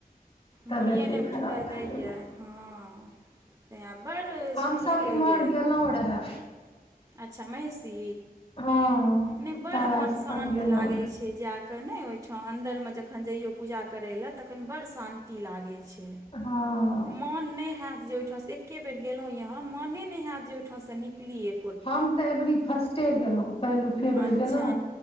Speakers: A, on the left (about 40°); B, on the right (about 20°).
A: तबियते
B: मूड़िये ने उठबेए
A: खराब भए
B: दैये
A: गेलै
B: हँ। तें आ बड़
A: हमसभ
B: सुनलियै
A: इम्हर
B: ये।
A: गेलहुँ रहए
B: अच्छा महिषी।
A: हँ
B: नै बड़
A: तारा
B: मोन
A: स्थान
B: शान्त
A: गेलहुँ
B: लागै
A: रहे
B: छै जेए क। के नै ओइ ठां अन्दर मे जखन जइयौ पूजा करय ले, तखैन बड़ शांति लागै छै।
A: हँ
B: मोन नै हेएत जाइ ओइ ठां सँ एके बेर गेलौ यऽ हम मने नै हेएत जे ओइ ठां सँ निकलीयै।
A: हम तऽ एबरी फर्स्टे गेलौं, पहिलुके बेर
B: अच्छा
A: गेलौं।